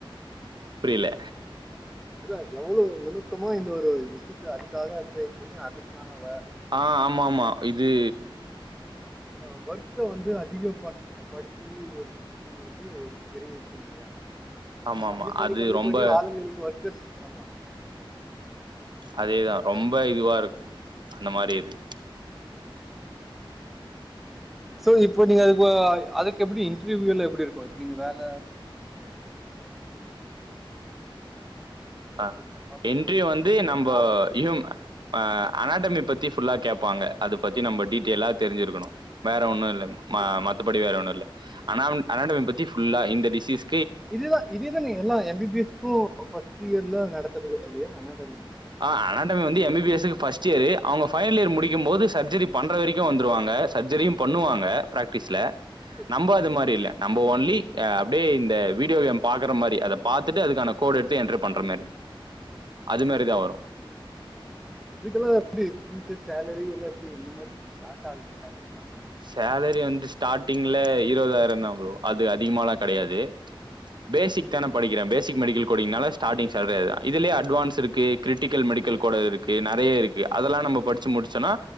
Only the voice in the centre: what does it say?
இல்ல எவ்வளவு நுணுக்கமா இந்த ஒரு விஷயத்த அதுக்காக பண்ணி அதுக்கான வே
அ ஒர்க்க வந்து அதிக படுத் படுத்தி ஒரு பிசினஸ் குடுக்கிறது ஒரு பெரிய விஷய இல்லையா
கம்மி பண்ணி
கம்மி
பண்ணி ஆளுங்க இதுக்கு ஒர்க் கஸ்காமா
சோ இப்பங்க அது அதுக்கு எப்படி இன்டர்வியூல எப்ப இருக்கும்ங்க வேலை <inaudible>
ப்ராசஸ்
எல்லாம் எப்படி
எப்படி
நார்மல்
ஓகே
இது
இததா இத இதானே எல்லா எம் பிபிஎஸ் குட தீயர்லா நடத்துறது இல்லயா <unintelligible>
சரி
ஓகே
அதுக்கெல்லா வந்து மந்த் சேலரி எல்லா எப்படி என் மாதிரி ஸ்டார்டிங்ல
சரி